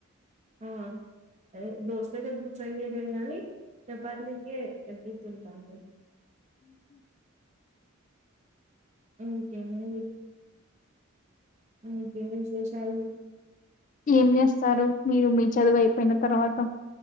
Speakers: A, on the right (about 35°); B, on the left (about 40°).
A: ఆ దోస్తలే <unintelligible> గాని ఈ తందికే ఎప్పుడు తింటుంటే ఇకేమడి ఇకే విశేషాలుది
B: ఏం చేస్తారు మీరు మీ చదువు అయిపోయిన తర్వాత